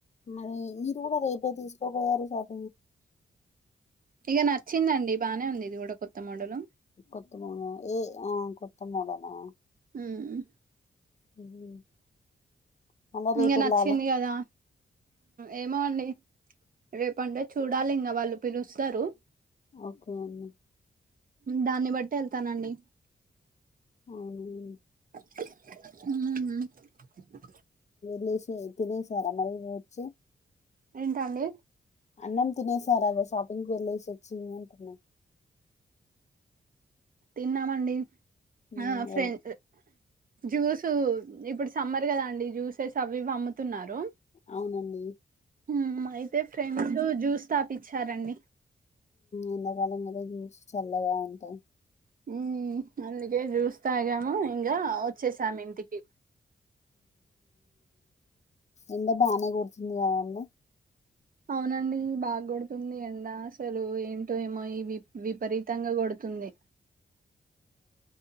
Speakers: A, on the left; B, on the right.
A: మరి మీరు గూడా రేపే తీసుకోపోయారు సార్
B: ఇగా నచ్చిందండి బానే ఉంది ఇది కూడా కొత్త మోడలు
A: కొత్తమోడల్ ఏ ఆ కొత్త మెడలా
B: ఉమ్
A: <unintelligible> మళ్ళా రేపు
B: ఇంగా
A: వెళ్ళాలా
B: నచ్చిందిగదా ఏమో అండి రేపు అంటే చూడాలి ఇంకా వాళ్ళు పిలుస్తారు
A: ఓకే అండి
B: దాన్ని బట్టి వెళ్తానండి
A: అవునా
B: మ్మ్ హ్హ్
A: లేసి ఇప్పుడు ఒకటేసారా మళ్ళీ వచ్చి
B: ఏంటండి
A: అన్నం తినేేశారా షాపింగ్ కు వెళ్ళేసి వచ్చి ఇగా అంటున్నా
B: తిన్నామండి
A: ఉమ్,
B: ఆ ఫ్రెంచ్
A: ఎల్-
B: జ్యూస్ ఇప్పుడు సమ్మర్ కదండీ జ్యూసెస్ అవి ఇవి అమ్ముతున్నారు
A: అవునండి
B: మ్మ్ అయితే ఫ్రెండ్స్ జ్యూస్ తాపిచ్చారండి
A: ఎంతకాలం కదా జ్యూస్ చల్లగా ఉంటదని
B: మ్మ్ అందుకే జ్యూస్ తాగాము ఇంగా వచ్చేసాము ఇంటికి
A: ఎండ బానే కొడుతోంది కదండీ
B: అవునండి బాగా కొడుతుంది ఎండ అసలు ఏంటో ఏమో వ విపరీతంగా కొడు తుంది